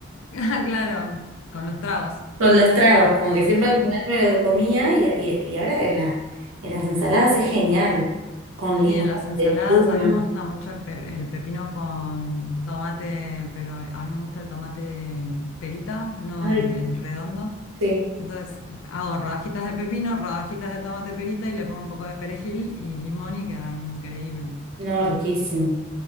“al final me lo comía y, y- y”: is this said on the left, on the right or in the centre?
Right